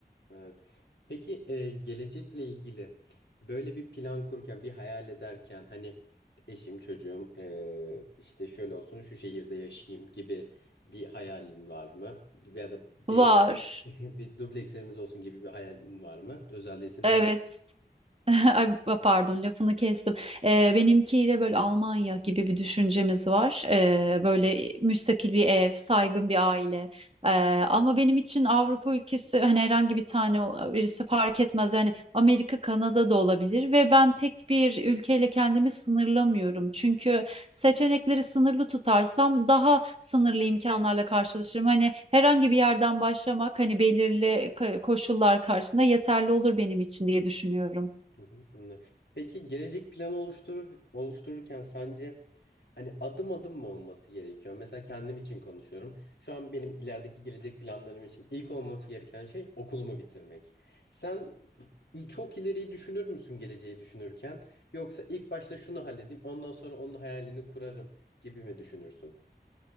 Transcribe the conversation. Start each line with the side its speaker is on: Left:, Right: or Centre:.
Left: Evet. Peki e, gelecekle ilgili böyle bir plan kururken, bir hayal ederken hani eşim, çocuğum e, işte şöyle olsun, şu şehirde yaşayayım gibi bir hayalin var mı? Ya da bir
Right: Var.
Left: <laughs> bir dubleks evimiz olsun gibi bir hayalin var mı? Özel değilse ne
Right: Evet. <laughs> Ay, pardon lafını kestim. Ee, benimkiyle böyle Almanya gibi bir düşüncemiz var. Ee, böyle müstakil bir ev, saygın bir aile. Ee, ama benim için Avrupa ülkesi hani herhangi bir tane o- birisi fark etmez. Yani Amerika, Kanada da olabilir ve ben tek bir ülkeyle kendimi sınırlamıyorum. Çünkü seçenekleri sınırlı tutarsam daha sınırlı imkanlarla karşılaşırım. Hani herhangi bir yerden başlamak hani belirli ka- koşullar karşısında yeterli olur benim için diye düşünüyorum.
Left: Hı hı, anladım. Peki gelecek planı oluşturur, oluştururken sence hani adım adım mı olması gerekiyor? Mesela kendim için konuşuyorum. Şu an benim ilerideki gelecek planlarım için ilk olması gereken şey okulumu bitirmek. Sen i- çok ileriyi düşünür müsün geleceği düşünürken? Yoksa ilk başta şunu halledeyim, ondan sonra onun hayalini kurarım gibi mi düşünürsün?